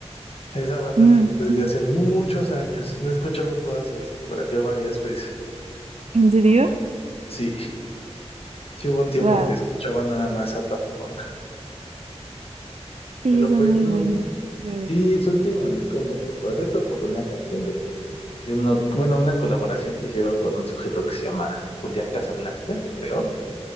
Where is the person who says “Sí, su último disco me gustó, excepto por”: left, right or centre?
Left